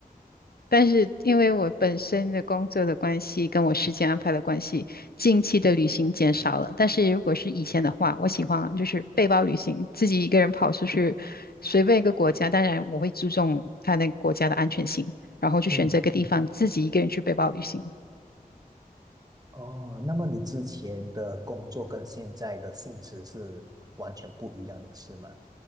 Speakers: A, on the left; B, on the right.
A: 但是因为我本身的工作的关系，跟我时间安排的关系，近期的旅行减少了。但是如果是以前的话，我喜欢就是背包旅行，自己一个人跑出去，随便一个国家。当然，我会注重他那个国家的安全性，然后去选择一个地方自己一个人去背包旅行。
B: 嗯嗯，哦，那么你之前的工作跟现在的性质是完全不一样的，是吗？